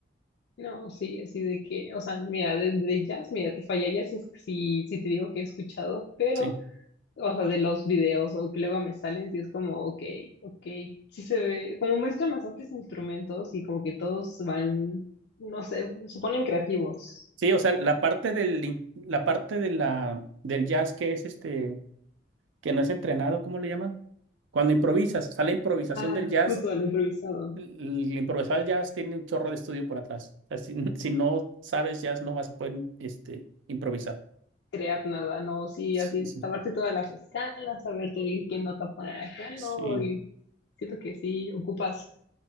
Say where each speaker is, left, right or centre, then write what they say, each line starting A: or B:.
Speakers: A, on the left; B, on the right.
A: no, sí, así de que, o sea, mira, de, de jazz, mira, te fallarías si, si te digo que he escuchado, pero
B: Sí.
A: o sea, de los videos o que luego me salen, sí es como, ok, ok, sí se ve, como muestran bastantes instrumentos y como que todos van, no sé, se ponen creativos.
B: Sí, o sea, la parte del, in- la parte de la, del jazz que es este, que no es entrenado, ¿cómo le llaman? Cuando improvisas, o sea, la improvisación
A: Ah,
B: del jazz,
A: justo al improvisado.
B: el, improvisado del jazz tiene un chorro de estudio por atrás. O sea, si, <laughs> si no sabes jazz, no vas a poder, este, improvisar.
A: Crear nada, no, sí,
B: Sí,
A: así,
B: sí.
A: saberte todas las escalas, saberte qué nota poner acá, no,
B: Sí,
A: y siento que sí, ocupas